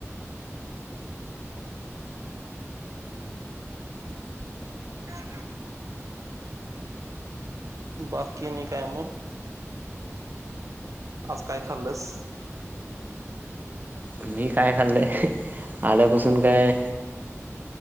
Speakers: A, on the right; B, on the right.
A: घरा बाकी नाही कायम आज काय खाल्लस
B: मी काय खाल्लंय आल्यापासून काय